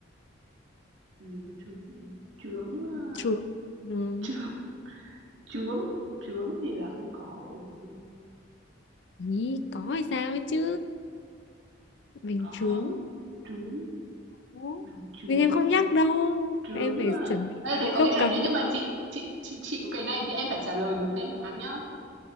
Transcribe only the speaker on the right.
Làm gì có chướng gì? Chướng, ơ,
chướng, chướng. Chướng thì là không có rồi.
Có
không? Chướng,
bánh chướng.
trướng,
à.
Ê,
thế có
nghĩa là
nếu như
mà chị chị chị chịu cái này thì em phải trả lời được thì em mới thắng nhá.